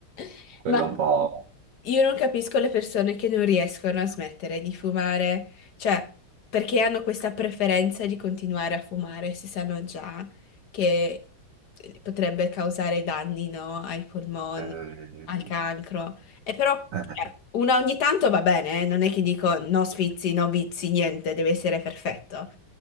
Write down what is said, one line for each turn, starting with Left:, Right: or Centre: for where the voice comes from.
Left: <laughs>
Right: quello
Left: Ma
Right: un po'...
Left: Io non capisco le persone che non riescono a smettere di fumare, cioè perché hanno questa preferenza di continuare a fumare se sanno già che eh, potrebbe causare danni, no, ai polmoni,
Right: eh,
Left: al cancro. E però
Right: eh.
Left: eh, una ogni tanto va bene, eh, Non è che dico no sfizi, no vizi, niente, deve essere perfetto.